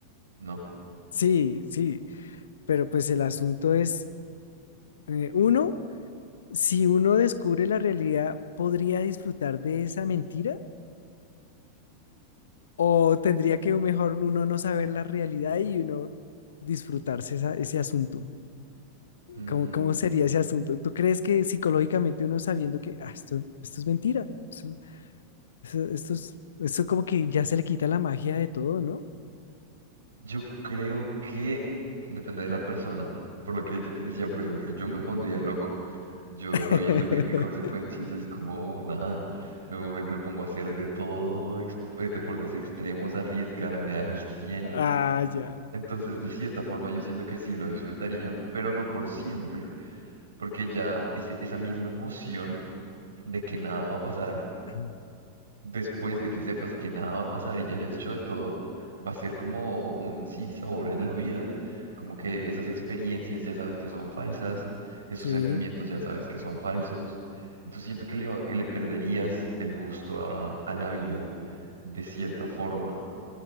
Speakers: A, on the right; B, on the left.
A: ¿no?
B: Sí, sí, pero pues el asunto es, eh, uno, si uno descubre la realidad, ¿podría disfrutar de esa mentira? ¿O tendría que mejor uno no saber la realidad y uno disfrutarse esa- ese asunto?
A: Mm,
B: ¿Cómo, cómo sería ese asunto? ¿Tú crees que psicológicamente uno sabiendo que "Ah, esto, esto es mentira? Esto, esto- esto es, esto como que ya se le quita la magia de todo, ¿no?
A: Yo creo que depende de la persona. Por lo que yo te decía, por ejemplo, yo me pondría loco. Yo
B: <laughs>
A: sabiendo que no hay consecuencias, es como nada. Me pongo, me pongo a hacer de todo, ex- eh, deportes extremos, arriesgarme al cien
B: Ah, ya.
A: Entonces, de cierta forma, yo siento que sí lo disfrutaría, pero no por siempre, porque ya ese- esa misma emoción de que nada va a pasar
B: <clears throat>
A: después de que sepas que nada va a pasar y ya hayas hecho de todo, va a ser como un sinsabor en la vida. Como que esas experiencias ya sabes que son falsas, esos
B: Sí,
A: sentimientos ya sabes que son falsos. Entonces siento que le, va- le perderías el gusto a, a la vida de cierta forma.